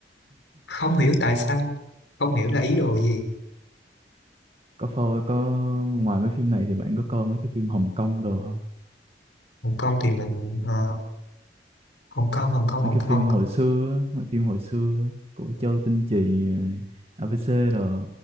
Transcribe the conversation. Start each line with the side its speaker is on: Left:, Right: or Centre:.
Left: không hiểu tại sao không hiểu là ý đồ gì
Right: có phô có ngoài mấy phim này thì bạn có coi mấy cái phim Hồng Kông đồ không
Left: Hồng Kông thì mình ờ, Hồng Kông Hồng Kông Hồng
Right: mấy cái phim
Left: Kông
Right: hồi xưa á, mấy phim hồi xưa á, của Châu Tinh Trì rồi ABC đồ